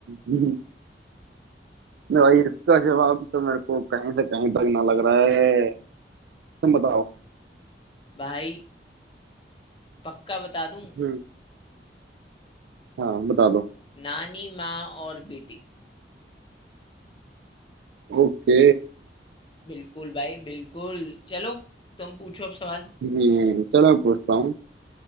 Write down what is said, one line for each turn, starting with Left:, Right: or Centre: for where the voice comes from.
Right: हम्म, नहीं भाई इसका जवाब तो मेरे को कहीं से कहीं तक ना लग रहा है तुम बताओ
Left: भाई पक्का बता दूं
Right: हम्म हाँ बता दो
Left: नानी माँ और बेटी
Right: ओके
Left: बिल्कुल भाई बिल्कुल चलो तुम पूछो अब सवाल
Right: हम्म चलो मैं पूछता हूँ